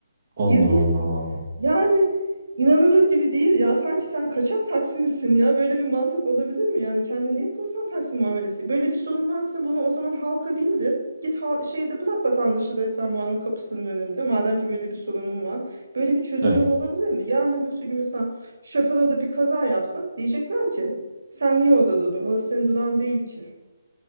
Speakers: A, on the right; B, on the right.
A: Allah
B: Girdiysen
A: Allah.
B: yani inanılır gibi değil ya. Sanki sen kaçak Taksim'sin ya. Böyle bir mantık olabilir mi? Yani kendine niye korsan Taksim muamelesi? Böyle bir sorun varsa bunu o zaman halka bildir. Git hal şeyde bırak vatandaşı da Esenboğa'nın kapısının önünde. Madem ki böyle bir sorunun var. Böyle bir çözüm
A: Evet,
B: yolu olabilir mi? Yarın öbürsü gün mesela şoför orada bir kaza yapsa diyecekler ki sen niye orada durdun? Orası senin durağın değil ki.